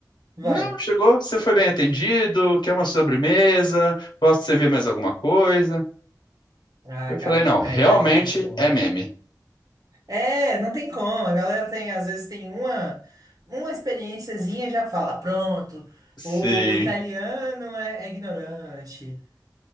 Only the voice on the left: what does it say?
Não, chegou, você foi bem atendido, quer uma sobremesa, posso servir mais alguma coisa?
Eu
falei, não,
realmente
é meme.
Sim.